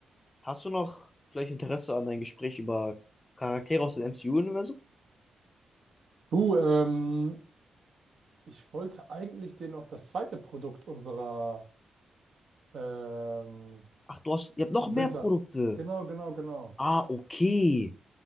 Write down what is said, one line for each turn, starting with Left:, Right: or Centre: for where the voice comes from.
Left: Hast du noch vielleicht Interesse an ein Gespräch über Charaktere aus dem MCU-Universum?
Right: Du, ähm, ich wollte eigentlich dir noch das zweite Produkt unserer ähm,
Left: Ach, du hast, ihr habt noch
Right: Winter.
Left: mehr Produkte.
Right: Genau, genau, genau.
Left: Ah, okay.